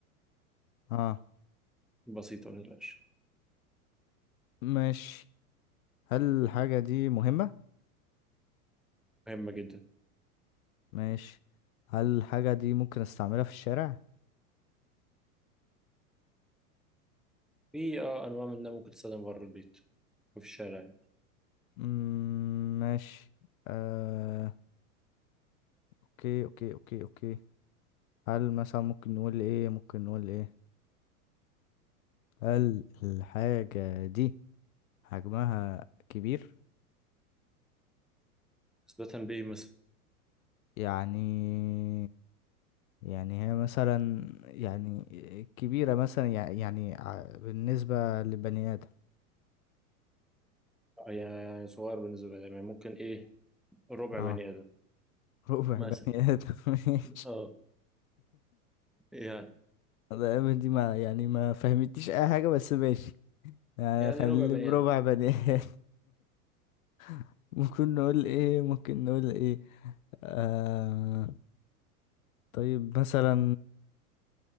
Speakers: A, on the left; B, in the centre.
A: اه
B: بسيطة متقلقش
A: ماشي هل الحاجة دي مهمة؟
B: مهمة جدا
A: ماشي هل الحاجة دي ممكن استعملها في الشارع؟
B: في اه أنواع منها ممكن تستخدم بره البيت وفي الشارع يعني.
A: مم، ماشي آه، اوكي اوكي اوكي اوكي هل مثلا ممكن نقول ايه ممكن نقول ايه هل الحاجة دي حجمها كبير
B: بس ده تنبيه مثلا
A: يعني يعني هي مثلا يعني كبيرة مثلا يع- يعني ع- بالنسبة لبني آدم
B: يعني صغير بالنسبة لي يعني ممكن إيه ربع
A: اه
B: بني آدم
A: <laughs> ربع
B: مثلا
A: بني آدم <laughs> ماشي
B: أه
A: <laughs>
B: يعني
A: ده دي ما يعني ما فهمتيش اي حاجة بس ماشي يعني
B: يعني
A: خليه
B: ربع بني
A: بربع
B: آدم
A: بني آدم <laughs> ممكن نقول ايه ممكن نقول ايه آه طيب مثلا